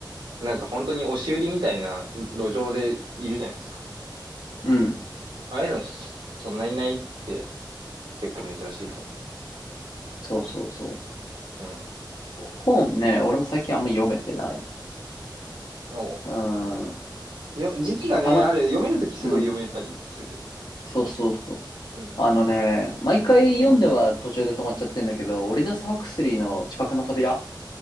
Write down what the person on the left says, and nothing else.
うん。
そうそうそ
う。本ね、俺も最近あんま読めてない。
うん。
たま、
うん。そうそうそう。
あのね、毎回読んでは途中で止まっちゃってんだけど、
オリダス・ハクスリーの知覚の扉